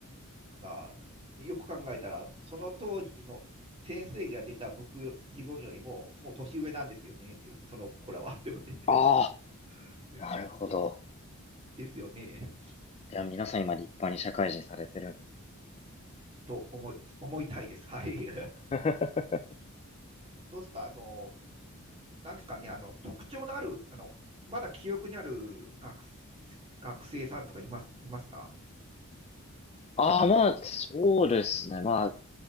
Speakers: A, on the right; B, on the left.
A: だから、よく考えたら、その当時の先生が出た僕よ、自分よりも、もう年上なんですよね、っていう、その子らは、って思って。
B: あ
A: <laughs>
B: あ、なるほど。
A: ですよね。
B: じゃあ皆さん今立派に社会人されてるんです
A: と思い思いたいです。はい。
B: か
A: <laughs> どうですか、あの、なんですかね、あの、特徴のある、あの、まだ記憶にある学、学生さんとかいます、いますか
B: <laughs> ああ、まあ、そうですね。まあ、